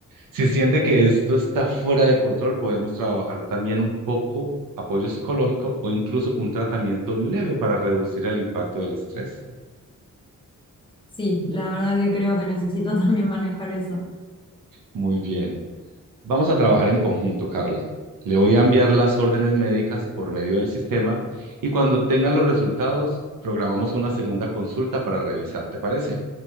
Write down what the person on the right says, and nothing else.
Si siente que esto está fuera de control, podemos trabajar también un poco apoyo psicológico o incluso un tratamiento leve para reducir el impacto del estrés.
Muy bien. Vamos a trabajar en conjunto, Carla. Le voy a enviar las órdenes médicas por medio del sistema y cuando tenga los resultados, programamos una segunda consulta para revisar, ¿te parece?